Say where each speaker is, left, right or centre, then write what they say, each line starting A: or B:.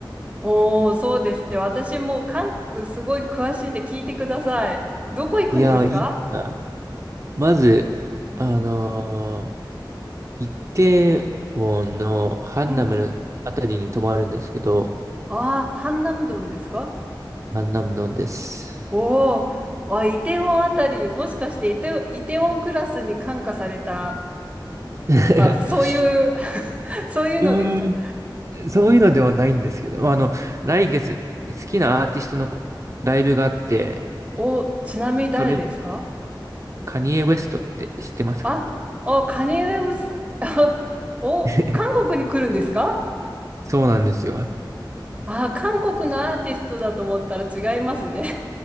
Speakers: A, on the right (about 20°); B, on the right (about 40°).
A: おお、そうですね。私もう韓国すごい詳しいんで聞いてください。どこ行くんですか
B: いやー、いいな。まず、
A: うん。
B: あのー、イテウォンのハンナムのあたりに泊まるんですけど、
A: うんああー、ハンナムドンですか
B: ハンナムドンです。
A: おお、あ、イテウォンあたり、もしかしてイテウ、イテウォンクラスに感化された
B: <laughs>
A: とか、そういう <laughs> そういうのですか
B: うーん、そういうのではないんですけど、あの、来月、好きなアーティストのこライブがあって、
A: お、ちなみに誰ですか
B: それで、カニエ・ウェストって知ってますか
A: あ、おカニエウス、<laughs> お、
B: <laughs>
A: 韓国に来るんですか
B: そうなんですよ。
A: あ、韓国のアーティストだと思ったら違いますね。